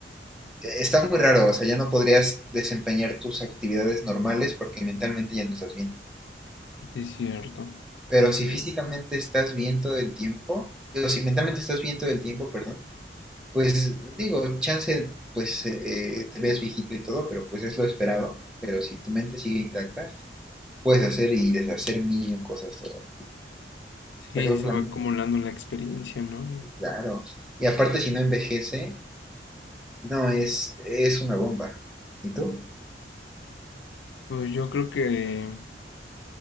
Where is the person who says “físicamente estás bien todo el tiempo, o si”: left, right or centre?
Centre